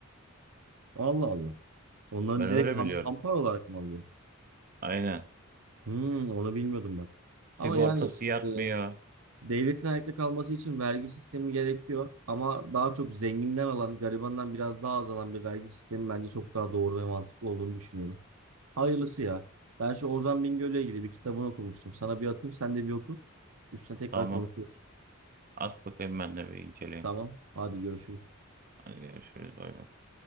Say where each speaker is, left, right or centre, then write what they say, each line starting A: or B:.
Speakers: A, on the right; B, on the right.
A: Allah Allah. Onların
B: Ben
A: direkt
B: öyle
A: ham,
B: biliyorum.
A: hampar olarak mı alıyor?
B: Aynen.
A: Hmm, onu bilmiyordum bak.
B: Sigortası
A: Ama yani
B: yatmıyor.
A: e, Devletin ayakta kalması için vergi sistemi gerekiyor ama daha çok zenginden alan, garibandan biraz daha az alan bir vergi sistemi bence çok daha doğru ve mantıklı olduğunu düşünüyorum. Hayırlısı ya. Ben şu Ozan Bingöl'le ilgili bir kitabını okumuştum. Sana bir atayım, sen de bir oku. Üstüne tekrar
B: Tamam.
A: konuşuruz.
B: At bakayım ben de bir inceleyeyim.
A: Tamam, hadi görüşürüz.
B: Hadi görüşürüz. Bay bay.